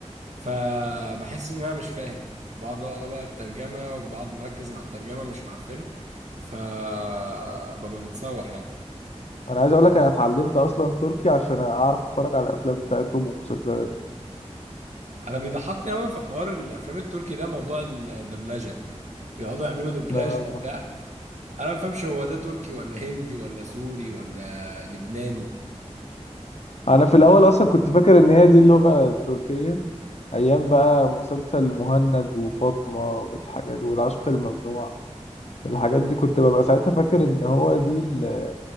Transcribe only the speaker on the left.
انا عايز اقول لك انا اتعلمت اصلا تركي عشان اعرف اتفرج على الافلام بتاعتهم ومسلسلات
آه.
انا في الاول اصلا كنت فاكر ان هي دي اللغة التركية ايام بقى مسلسل مهند وفاطمة والحاجات والعشق الممنوع الحاجات دي كنت ببقى ساعتها فاكر ان هو دي ال-